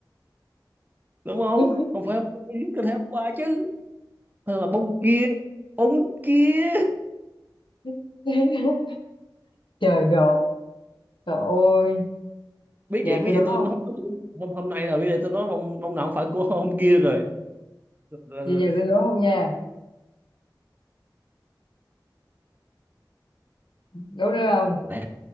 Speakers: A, on the right; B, on the left.
A: đúng không
B: máy
A: không phải bông gì, có thể hôm qua chứ hay là bông kia bông kia
B: <laughs> trời độ trời ơi
A: biết
B: giờ
A: vậy biết
B: tôi
A: vậy
B: đố
A: tôi
B: không
A: nó không có hôm hôm nay là biết vậy tôi nói bông bông nào không phải của hôm kia rồi Rồi-
B: giờ
A: rồi-
B: giờ tôi đố không nha đố được không
A: lẻ